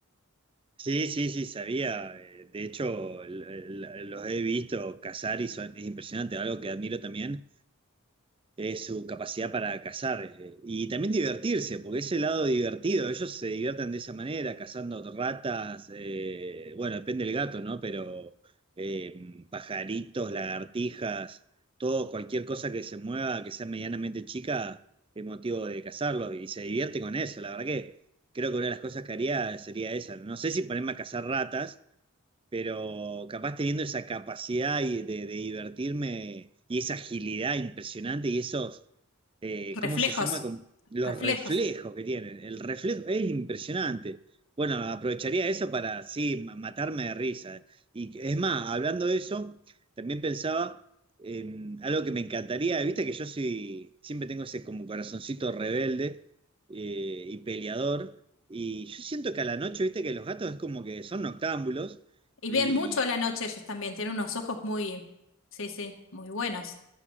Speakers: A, on the right (about 25°); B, on the left (about 60°).
A: Sí, sí, sí, sabía. eh, De hecho, l- l- los he visto cazar y son, es impresionante, algo que admiro también es su capacidad para cazar eh, y también divertirse, porque es el lado divertido, ellos se divierten de esa manera, cazando ratas, eh, bueno, depende del gato, ¿no? Pero eh, pajaritos, lagartijas, todo, cualquier cosa que se mueva, que sea medianamente chica, es motivo de cazarlo y se divierte con eso, la verdad que creo que una de las cosas que haría sería esa, no sé si ponerme a cazar ratas, pero capaz teniendo esa capacidad y de, de divertirme y esa agilidad impresionante y esos, eh, ¿cómo
B: Reflejos,
A: se llama? Com- los
B: reflejos.
A: reflejos que tienen. El reflejo es impresionante. Bueno, aprovecharía eso para, sí, ma- matarme de risa. Y es más, hablando de eso, también pensaba en algo que me encantaría, viste que yo soy, siempre tengo ese como corazoncito rebelde eh, y peleador. Y yo siento que a la noche, viste que los gatos es como que son noctámbulos,
B: Y
A: y,
B: ven mucho a la noche ellos también, tienen unos ojos muy, sí, sí, muy buenos.